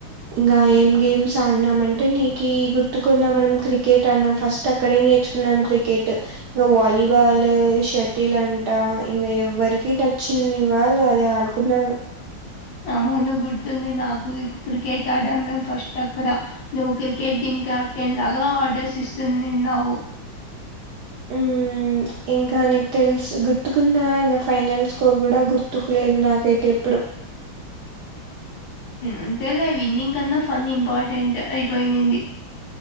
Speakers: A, on the right; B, on the left.
A: ఇంకా ఏం గేమ్స్ ఆడినాం, అంటే నీకు గుర్తుకుందా మనం క్రికెట్ ఆడినం ఫస్ట్ అక్కడే నేర్చుకున్నాం. క్రికెట్ ఇంగ వాలీబాలూ షట్ టీలంట ఇంకా ఎవరికి నచ్చింది. వాళ్ళు అది ఆడుకున్నారు.
B: అవును గుర్తుంది. నాకు క్రికెట్ ఆడాము. మేము ఫస్ట్ అక్కడ నువ్వు క్రికెట్ టీమ్ కెప్టెన్ లాగా ఆర్డర్స్ ఇస్తున్నిన్నావు. <inaudible>
A: ఉమ్ ఇంకా నీకు తెలుసు గుర్తుకుందా. ఇంకా ఫైనల్ స్కోర్ కూడా గుర్తుకులేదు, నాకైతే ఇప్పుడు
B: అంతేలే విన్నింగ్ కన్నా ఫన్ ఇంపార్టెంట్ అయిపోయినంది.